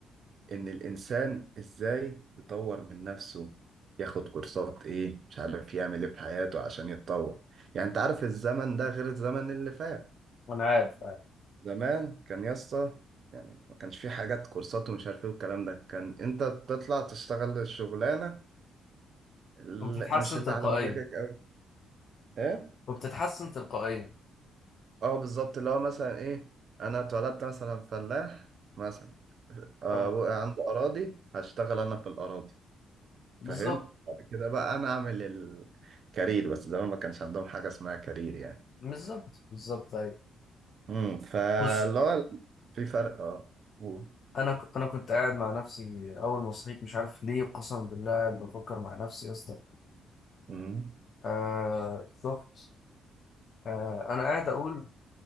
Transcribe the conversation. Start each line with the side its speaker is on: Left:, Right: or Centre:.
Right: إن الإنسان إزاي يطور من نفسه ياخد كورسات إيه مش عارف يعمل إيه في حياته عشان يتطور يعني أنت عارف الزمن ده غير الزمن اللي فات
Left: انا عارف عارف
Right: زمان كان يا اسطى يعني ما كانش في حاجات كورسات ومش عارف ايه والكلام ده كان انت بتطلع تشتغل الشغلانه اللي
Left: وبتتحسن
Right: مش اللي
Left: تلقائيا
Right: على مزاجك قوي ايه
Left: وبتتحسن تلقائيا
Right: اه بالظبط اللي هو مثلا ايه انا اتولدت مثلا فلاح مثلا آه،
Left: اه
Right: ابويا عنده اراضي هشتغل انا في الاراضي
Left: بالظبط
Right: فاهم بعد كده بقى انا اعمل الكارير بس زمان ما كانش عندهم حاجه اسمها كارير يعني
Left: بالظبط بالظبط ايوه
Right: امم فاللي
Left: بص
Right: هو في فرق اه قول.
Left: انا ك- انا كنت قاعد مع نفسي اول ما صحيت مش عارف ليه قسما بالله قاعد بفكر مع نفسي يا اسطى
Right: امم
Left: آه شوف آه انا قاعد اقول